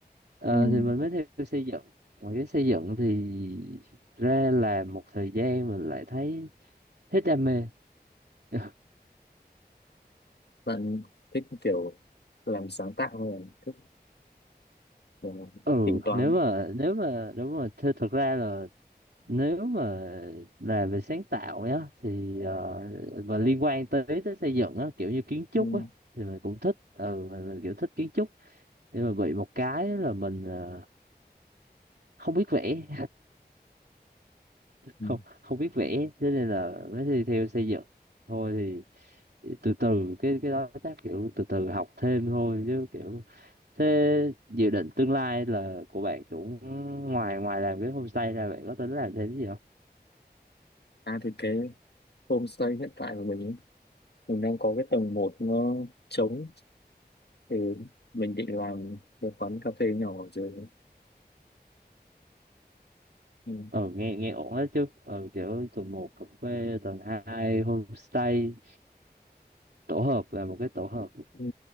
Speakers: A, on the right (about 75°); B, on the left (about 80°).
A: Ờ,
B: Ừ.
A: thì mình mới theo xây dựng mà cái xây dựng thì ra làm một thời gian mình lại thấy hết đam mê <laughs>
B: bạn thích kiểu làm sáng tạo hơn thích kiểu
A: ừ
B: tính toán
A: nếu mà nếu mà nếu mà th- thực ra là nếu mà là về sáng tạo nhá thì ờ, và liên quan tới tới xây dựng á kiểu như kiến trúc
B: ừ.
A: á thì mình cũng thích ừ mình, mình kiểu thích kiến trúc nhưng mà bị một cái là mình ờ, không biết vẽ <laughs>
B: Ừ.
A: không không biết vẽ thế nên là mới thi theo xây dựng thôi thì từ từ cái cái đó chắc kiểu từ từ học thêm thôi chứ kiểu thế dự định tương lai là của bạn cũng ngoài ngoài làm cái homestay ra bạn có tính làm thêm cái gì không
B: à thì cái homestay hiện tại của mình ấy, mình đang có cái tầng một nó trống thì mình định làm một quán cà phê nhỏ ở dưới đấy. ừ.
A: ờ nghe nghe ổn đấy chứ ờ kiểu tuần một cà phê tuần hai homestay tổ hợp là một cái tổ hợp
B: Ừ.